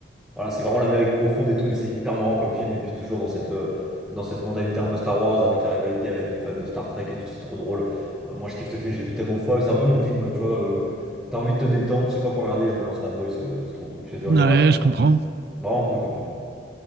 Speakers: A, in the centre; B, on the right (about 60°).
A: voilà, c'est vraiment l'Amérique profonde et tout, mais c'est hyper marrant comme film. Et puis toujours dans cette, euh, dans cette mentalité un peu Star Wars, avec la rivalité avec des fans de Star Trek et tout, c'est trop drôle. Euh, moi, je kiffe ce film, je l'ai vu tellement de fois. C'est un peu mon film, tu vois. euh, t'as envie de te détendre, tu sais pas quoi regarder, je me lance Fanboy, c'est c'est trop cool. Puis ça dure
B: Ouais,
A: une heure.
B: je comprends.
A: Vraiment cool comme film.